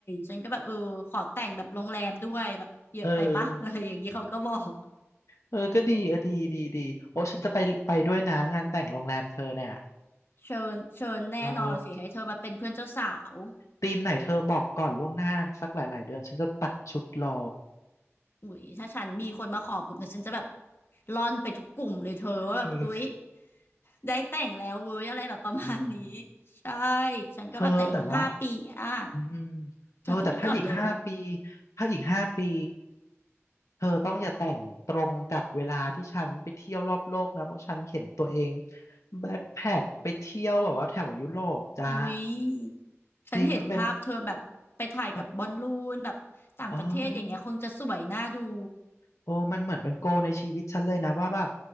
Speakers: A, on the left; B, on the left.
A: ฉันก็แบบเออขอแต่งแบบโรงแรมด้วยแบบเยอะไปปะ
B: เออ
A: <laughs> อะไรอย่างนี้เขาก็บอก
B: เออก็ดีเออดีดีดีโอ้ฉันจะไปไปด้วยนะงานแต่งโรงแรมเธอเนี่ย
A: เชิญเชิญแน่นอนสิให้เธอมาเป็นเพื่อนเจ้าสาว
B: เออธีมไหนเธอบอกก่อนล่วงหน้าสักหลายๆเดือนฉันจะตัดชุดรอ
A: อุ๊ยถ้าฉันมีคนมาขอปุ๊บเนี่ยฉันจะแบบร่อนไปทุกกลุ่มเลยเธอว่าแบบอุ๊ย
B: เออ
A: ได้แต่งแล้วเว้ยอะไรแบบประมาณนี้
B: อืม
A: ใช่ฉันก็แบบแต่อีกห้าปีอ่ะ
B: เธอแต่ว่า อืมเธอแต่ถ้าอีกห้าปี
A: เธอพูดก่อนเลย
B: ถ้าอีกห้าปีเธอต้องอย่าแต่งตรงกับเวลาที่ฉันไปเที่ยวรอบโลกนะเพราะฉันเห็นตัวเองแบ็คแพ็คไปเที่ยวแบบว่าแถวยุโรปจ้า
A: อุ๊ยฉันเห็นภาพเธอแบบไปถ่ายกับบอลลูนแบบต่างประเทศอย่างเงี้ยคงจะสวยน่าดู
B: จริงมันเป็นมันโอ้ยโอ้มันเหมือนเป็นโกลในชีวิตฉันเลยนะว่าแบบ